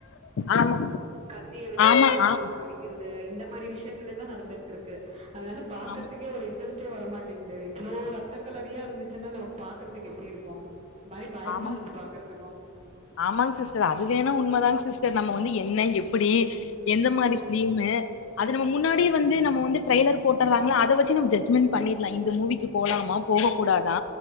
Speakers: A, on the left; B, on the right.
A: ஆமா
B: கத்திய வச்சுட்டு
A: ஆமா ஆ
B: பூட்டு அடிக்கிறது இந்த மாரி விஷயங்களே தான் நடந்துட்டுருக்கு அதனால பாக்குறதுக்கே
A: ஆமா சிஸ்டர்
B: ஒரு இன்ட்ரஸ்ட்டே வரமாட்டே <inaudible> இவ்வளோ ரத்த கலரியா இருந்துச்சு இதுன்னா நாம பாக்குறதுக்கு எப்டி இருக்கும் மாரி பயமா
A: ஆமாங்
B: இருக்கு பார்க்கறதுக்கும்.
A: ஆமாங் சிஸ்டர் அது வேணா உண்மைதாங் சிஸ்டர் நம்ம வந்து என்ன எப்புடி எந்த மாரி ஃபீலிம் அது முன்னாடி வந்து நம வந்து டரைலர் போட்றாங்கல அத வச்சு ஜஜ்மெண்ட் பண்ணிருலாம் இந்த மூவிக்கு போலாமா போக கூடாதா